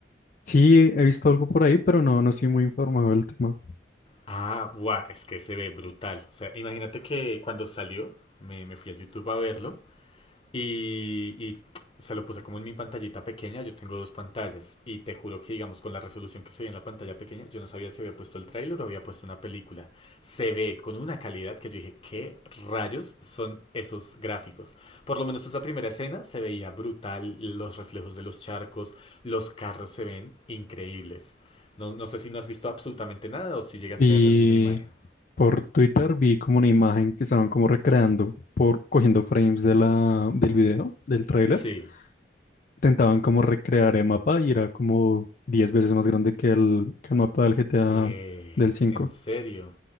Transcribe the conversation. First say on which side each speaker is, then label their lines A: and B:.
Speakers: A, on the left; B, on the left.
A: Sí, he visto algo por ahí, pero no, no estoy muy informado del tema.
B: Ah, guau, es que se ve brutal. O sea, imagínate que cuando salió, me, me fui a YouTube a verlo Y, y se lo puse como en mi pantallita pequeña, yo tengo dos pantallas y te juro que digamos con la resolución que se ve en la pantalla pequeña, yo no sabía si había puesto el tráiler o había puesto una película. Se ve con una calidad que yo dije, ¿qué rayos son esos gráficos? Por lo menos esa primera escena se veía brutal, los reflejos de los charcos, los carros se ven increíbles. No, no sé si no has visto absolutamente nada o si llegaste
A: Y
B: a ver alguna imagen.
A: por Twitter vi como una imagen que estaban como recreando por cogiendo frames de la, del video, del tráiler.
B: Sí.
A: Intentaban como recrear el mapa y era como 10 veces más grande que el, que el mapa del GTA
B: ¿Qué,
A: del 5.
B: En serio.